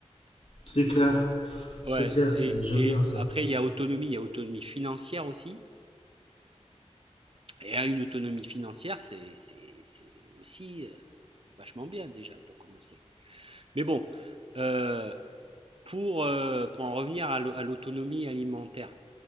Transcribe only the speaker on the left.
C'est clair, c'est
clair, c'est
déjà
bien ça.